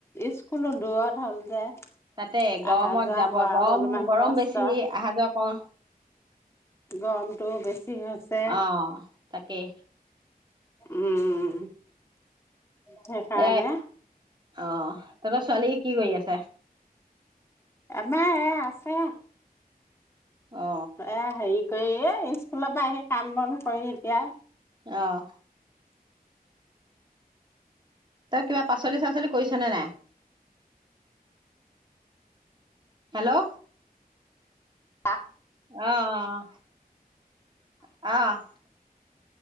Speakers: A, on the left; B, on the right.
A: স্কুলো দূৰত হ'ল যে
B: তাতে গৰমত
A: অহা যোৱা
B: যাব
A: কৰাও
B: গৰম
A: অলপমান
B: গৰম
A: কষ্ট
B: বেছি আহা যোৱা কৰ
A: গৰমটো বেছ কি হৈছে
B: অ তাকেই
A: উম, সেইকাৰণে
B: এ অ তহঁতৰ ছোৱালী কি কৰি আছে
A: আমাৰ এয়া আছে। এ
B: অ
A: এ হেৰি কৰি এ স্কুলৰ পৰা আহি কাম বন কৰি এতিয়া
B: অহ। তই কিবা পাচলি চাচলি কৰিছনে নাই? হেল্ল'।
A: অ'।
B: অহ, অহ, অহ।